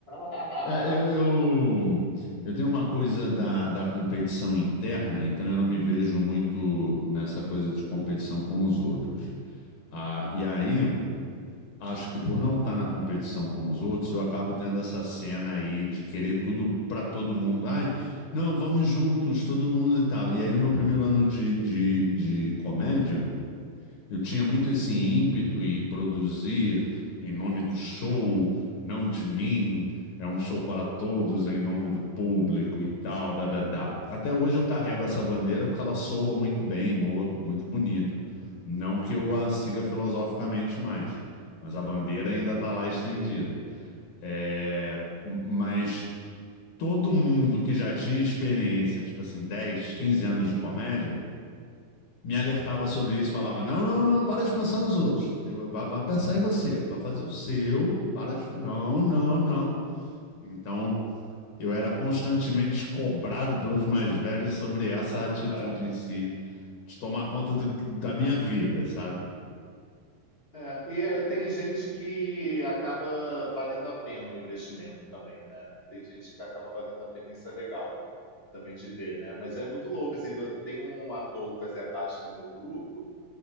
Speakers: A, on the left; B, on the left.
A: <laughs>
B: É, eu, eu, eu tenho uma coisa da, da competição interna, então eu não me vejo muito nessa coisa de competição com os outros. Ah, e aí, acho que por não estar na competição com os outros, eu acabo tendo essa cena aí de querer tudo para todo mundo. Ai, não, vamos juntos, todo mundo e tal. E aí, no meu primeiro ano de, de, de comédia, eu tinha muito esse ímpeto e produzir em nome do show, não de mim, é um show para todos em nome do público e tal, da, da, da. Até hoje eu carrego essa bandeira porque ela soa muito bem, moa muito bonita. Não que eu a siga filosoficamente mais, mas a bandeira ainda está lá estendida. É, mas todo mundo que já tinha experiência, tipo assim, 10, 15 anos de comédia, me alertava sobre isso, falava: não, não, não, para de pensar nos outros. Tem, vai, vai pensar em você, vai fazer o seu, para de. Não, não, não. Então, eu era constantemente cobrado pelos mais velhos sobre essa atitude
A: É.
B: em si, de tomar conta do- da minha vida, sabe?
A: É, E é, tem gente que acaba valendo a pena o investimento também, né? Tem gente que acaba valendo a pena, isso é legal também de ver, né? Mas é muito louco, assim, tem um ator que fazia parte do meu grupo.